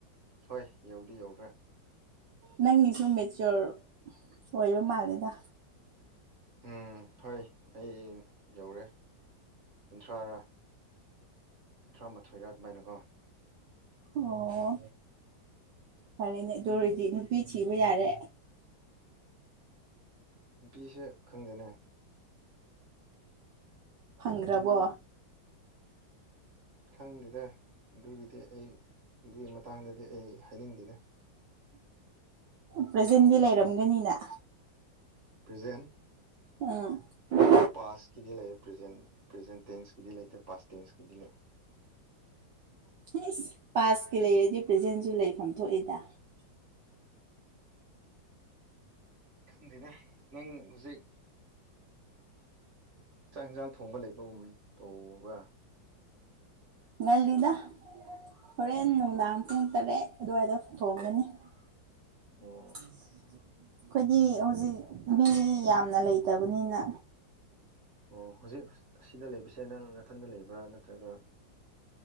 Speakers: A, on the right (about 35°); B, on the right (about 65°).
A: ꯍꯣꯏ ꯌꯧꯗꯤ ꯌꯧꯈ꯭ꯔꯦ
B: ꯅꯪꯒꯤꯁꯨ ꯃꯦꯆꯨꯌꯣꯔ ꯑꯣꯏꯕ ꯃꯥꯜꯂꯦꯗ
A: ꯎꯝ ꯍꯣꯏ ꯑꯩ ꯌꯧꯔꯦ ꯀꯨꯟꯊ꯭ꯔꯥꯔ ꯇꯥꯔꯥ ꯃꯥꯊꯣꯏꯔꯥ ꯑꯗꯨꯃꯥꯏꯅꯀꯣ
B: ꯑꯣ ꯐꯔꯦꯅꯦ ꯑꯗꯨꯑꯣꯏꯔꯗꯤ ꯅꯨꯄꯤ ꯊꯤꯕ ꯌꯥꯔꯦ
A: ꯅꯨꯄꯤꯁꯦ ꯈꯪꯗꯦꯅꯦ
B: ꯐꯪꯒ꯭ꯔꯕꯣ
A: ꯈꯪꯗꯦꯗ ꯑꯗꯨꯒꯤꯗꯤ ꯑꯩ ꯑꯗꯨꯒꯤ ꯃꯇꯥꯡꯗꯗꯤ ꯑꯩ ꯍꯥꯏꯅꯤꯡꯗꯦꯗ
B: ꯄ꯭ꯔꯖꯦꯟꯗꯤ ꯂꯩꯔꯝꯒꯅꯤꯅ
A: ꯄ꯭ꯔꯖꯦꯟ
B: ꯑꯥ
A: ꯄꯥꯁꯀꯤꯗꯤ ꯂꯩꯔꯦ ꯄ꯭ꯔꯖꯦꯟ ꯄ꯭ꯔꯖꯦꯟ ꯇꯦꯟꯁꯀꯤꯗꯤ ꯂꯩꯇꯦ ꯄꯥꯁ ꯇꯦꯟꯁꯀꯤꯗꯤ ꯂꯩ <inaudible>
B: ꯏꯁꯁ ꯄꯥꯁꯀꯤ ꯂꯩꯔꯗꯤ ꯄ꯭ꯔꯖꯦꯟꯁꯨ ꯂꯩꯐꯝ ꯊꯣꯛꯏꯗ
A: ꯈꯪꯗꯦꯅꯦ ꯅꯪ ꯍꯧꯖꯤꯛ ꯆꯥꯛ ꯍꯦꯟꯖꯥꯡ ꯊꯣꯡꯕ ꯂꯩꯕꯒꯨꯝ ꯇꯧꯕ꯭ꯔ
B: ꯉꯜꯂꯤꯗ ꯍꯣꯔꯦꯟ ꯅꯨꯡꯗꯥꯡ ꯄꯨꯡ ꯇꯔꯦꯠ ꯑꯗꯨꯋꯥꯏꯗ ꯊꯣꯡꯒꯅꯤ ꯑꯩꯈꯣꯏꯗꯤ
A: ꯑꯣ
B: ꯍꯧꯖꯤꯛ ꯃꯤ ꯌꯥꯝꯅ ꯂꯩ ꯂꯩꯇꯕꯅꯤꯅ
A: ꯑꯣ ꯍꯧꯖꯤꯛ ꯑꯁꯤꯗ ꯂꯩꯕꯁꯦ ꯅꯪ ꯅꯊꯟꯗ ꯂꯩꯕ꯭ꯔꯥ ꯅꯠꯇ꯭ꯔꯒ